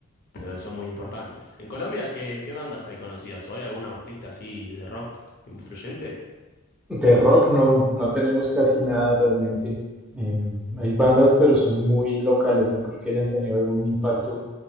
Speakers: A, on the left (about 45°); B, in the centre.
A: pero son muy importantes. En Colombia, ¿qué, qué bandas hay conocidas? ¿O hay algún artista así de rock influyente?
B: De rock no, no tenemos casi nada realmente. Eh, hay bandas, pero son muy locales, no creo que hayan tenido algún impacto